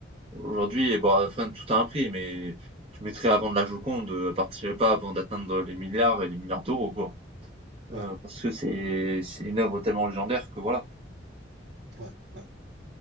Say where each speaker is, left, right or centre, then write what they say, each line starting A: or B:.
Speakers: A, on the right; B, on the right.
A: Aujourd'hui, bon, enfin, tout a un prix, mais tu mettrais avant de la Joconde, euh, partirais pas avant d'atteindre les milliards et les milliards d'euros, quoi.
B: ouais,
A: Euh, parce que c'est c'est une œuvre tellement légendaire que voilà.
B: ouais, ouais.